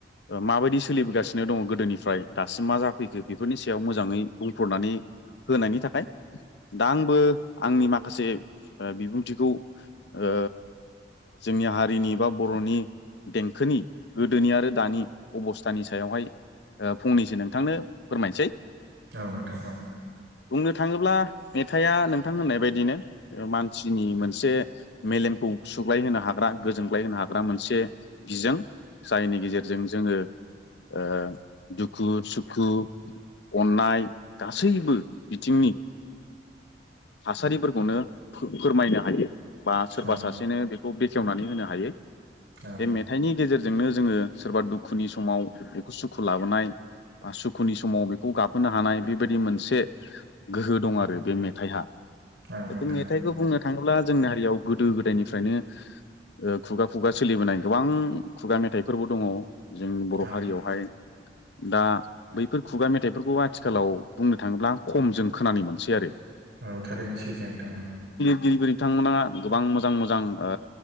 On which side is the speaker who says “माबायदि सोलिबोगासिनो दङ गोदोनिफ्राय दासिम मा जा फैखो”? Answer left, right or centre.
Left